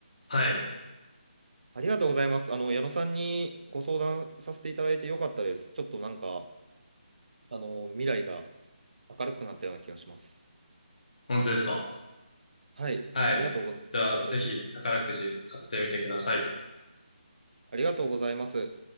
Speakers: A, on the left; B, on the right.
A: はい。
B: ありがとうございます。あの、矢野さんにご相談させていただいてよかったです。ちょっとなんか、あの、未来が明るくなったような気がします。
A: 本当ですか。
B: はい。
A: はい。
B: ありがとうございます。
A: じゃあ、
B: 本当に。
A: ぜひ宝くじ買ってみてください。
B: ありがとうございます。